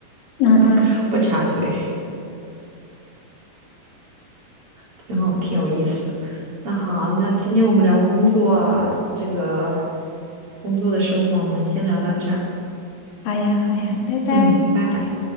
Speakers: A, on the left; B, on the right.
A: 嗯。
B: <laughs> 不插嘴。挺好，挺有意思。那好，那今天我们聊工作，这个工作的生活，我们先聊到这儿。
A: 好呀，好呀，拜拜。
B: 嗯，拜拜。